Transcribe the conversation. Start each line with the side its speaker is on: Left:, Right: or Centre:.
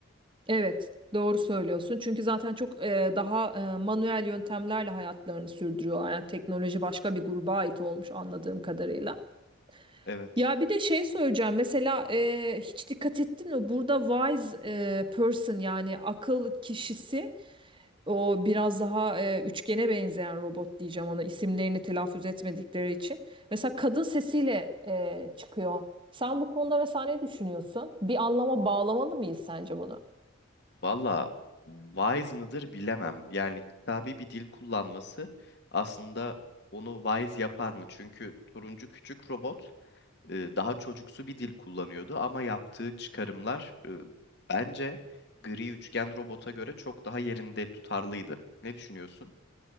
Right: Evet, doğru söylüyorsun. Çünkü zaten çok e, daha e, manuel yöntemlerle hayatlarını sürdürüyorlar. Yani teknoloji başka bir gruba ait olmuş anladığım kadarıyla.
Left: Evet.
Right: Ya bir de şey söyleyeceğim. Mesela e, hiç dikkat ettin mi? Burada wise e, person yani akıl kişisi o biraz daha e, üçgene benzeyen robot diyeceğim ona isimlerini telaffuz etmedikleri için. Mesela kadın sesiyle e, çıkıyor. Sen bu konuda mesela ne düşünüyorsun? Bir anlama bağlamalı mıyız sence bunu?
Left: Valla wise mıdır bilemem. Yani kitabi bir dil kullanması aslında onu wise yapar mı? Çünkü turuncu küçük robot e, daha çocuksu bir dil kullanıyordu ama yaptığı çıkarımlar e, bence gri üçgen robota göre çok daha yerinde tutarlıydı. Ne düşünüyorsun?